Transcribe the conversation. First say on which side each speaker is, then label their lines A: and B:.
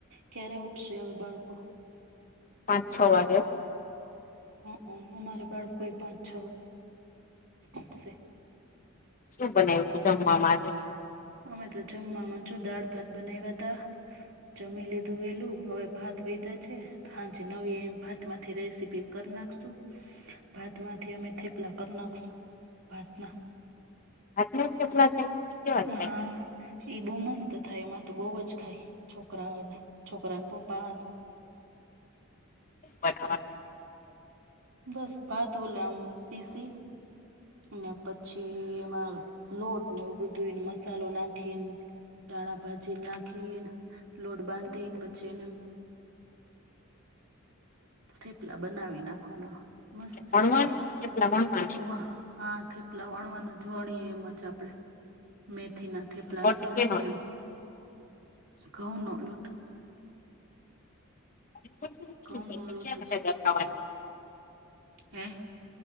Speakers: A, on the right; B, on the left.
A: ક્યારે ઉઠશે હવે બાળકો?
B: પાંચ છ વાગે.
A: હઅ અમારે બળ કોઈ પણ છ ઉઠશે
B: શું બનાવ્યું તું જમવામાં આજે?
A: અમે તો જમવામા જો દાળ ભાત બનાવ્યા તા જમી લીધું વહેલું હવે ભાત વધ્યા છે હાંજે નવી એ ભાતમાંથી રેસીપી કરી નાખશું. ભાતમાંથી અમે થેપલા કરી નાખશું ભાત ના
B: ભાતના થેપલા થાય? કેવા થાય
A: હા ઈ બહું મસ્ત થાય એમાંર તો બોવ જ ખાય છોકરાઓને છોકરાને પ પપા
B: બધા
A: બસ ભાત ઓલો આમ પીસી ને પછી એમાં લોટ ને એવું બધું મસાલો નાખીને દાણા ભાજી નાખી લોટ બાંધીને પછી એને થેપલા બનાવી નાખવાના મસ્ત
B: એટલે વણવાનું
A: થાય
B: થેપલા વણવાના
A: વાહ. હા થેપલા વણવાના જ વણીએ એમ જ આપડે. મેથીના થેપલાને
B: લોટ
A: વણી
B: કેનો
A: ને એમ ઘઉંનો લોટ
B: <unintelligible>
A: ઘઉં નો લોટ જ હે.